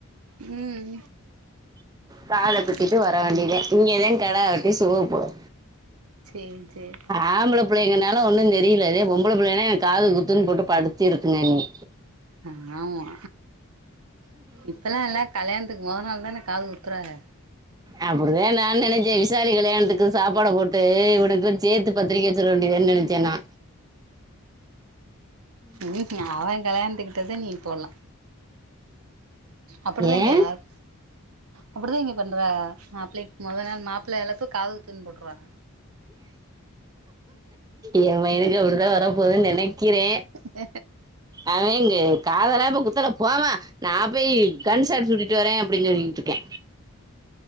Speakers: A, on the right (about 75°); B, on the right (about 15°).
A: ம்
B: காத
A: சேரி
B: குத்திட்டு வர வேண்டியதா இங்கதா கடா வெட்டி சோறு போடு
A: சேரி சேரி
B: ஆம்புள புள்ளைங்கனால ஒன்னு தெரியில இதே பொம்பள புள்ளைன்னா எனக் காது குத்துன்னு போட்டு படித்திருக்குங்க என்னைய
A: ஆ ஆமா இப்பல்லா எல்லா கல்யாணத்துக்கு மொத நாள் தான காது குத்துறாங்க
B: அப்டிதா நா நெனைச்சே விசாலி கல்யாணத்துக்கு சாப்பாட போட்டு இவனுக்கு சே்த்து பத்திரிக்க வச்சிட்டு வந்த்ருவ நெனைச்சே நா
A: ம்ஹு அவ கல்யாணத்துக்கிட்டதா நீ போட்லா அப்டிதா இங்க
B: ஏன்
A: எல்லாரு அப்டிதா இங்க பண்றாக மாப்பிள்ளைக் மொதோ நாள் மாப்புள அழைப்பு காதுகுத்துனு போட்றாக
B: ஏ பையனுக்கு அப்டிதா வரப் போதுன்னு நெனைக்கிறே
A: உ
B: அவே எங்க காதல்லா இப்ப குத்தல போமா நா போய் கன்சாட் சுட்டிட்டு வரே அப்டின்னு சொல்லிட்டு இருக்கா